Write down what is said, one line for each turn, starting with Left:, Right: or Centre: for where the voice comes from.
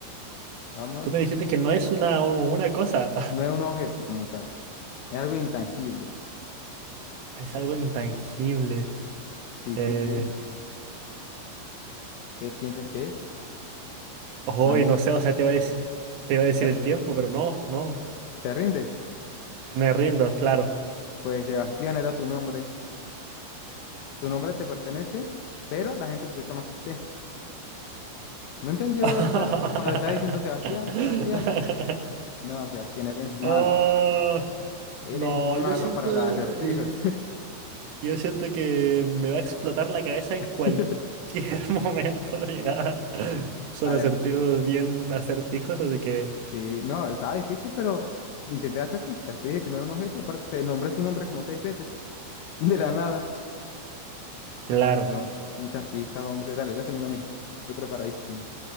Left: Vamos,
Right: tú me dijiste que no es una, una cosa,
Left: no es un objeto como tal, es algo intangible.
Right: <laughs> es algo intangible.
Left: Sí,
Right: Eh,
Left: sí, sí. ¿Qué piensas que es?
Right: hoy
Left: Vamos,
Right: no sé, o sea, te iba a decir, te iba a decir
Left: te,
Right: el tiempo, pero no, no.
Left: te rindes.
Right: Me rindo, claro.
Left: Pues Sebastián era tu nombre. Tu nombre te pertenece, pero la gente lo utiliza más que usted. No entendió
Right: <laughs>
Left: la, cuando te estaba diciendo Sebastián, Sebastián. No, Sebastián, eres malo.
Right: Ah,
Left: Eres
Right: no,
Left: malo
Right: yo siento,
Left: para los acertijos.
Right: y- yo siento que me va a explotar la cabeza en
Left: <laughs>
Right: cualquier <laughs> momento. Ya. Son
Left: Dale,
Right: acertijos bien acertijos, así que,
Left: sí, no, estaba difícil, pero intenté darte pistas. Te dije que no era un objeto, aparte te nombré su nombre como seis veces, <laughs> de la nada.
Right: claro.
Left: No, muchas pistas, hombre. Dale, lánzame uno a mí. Estoy preparadísimo.